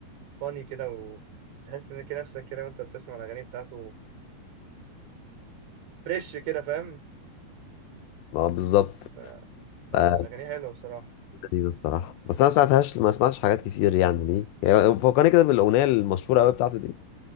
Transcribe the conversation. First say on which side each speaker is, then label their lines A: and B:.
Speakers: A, on the right (about 85°); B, on the left (about 85°).
A: وفاني كده وتحس ان كده نفسك كده وانت بتسمع الاغاني بتاعته فريش كده فاهم
B: أه بالظبط
A: ف- فاغانيها
B: آه،
A: حلوه بصراحه
B: لذيذ الصراحة بس أنا ما سمعتهاش ما سمعتش حاجات كتير يعني دي يعني فكرني كده بالأغنية المشهورة أوي بتاعته دي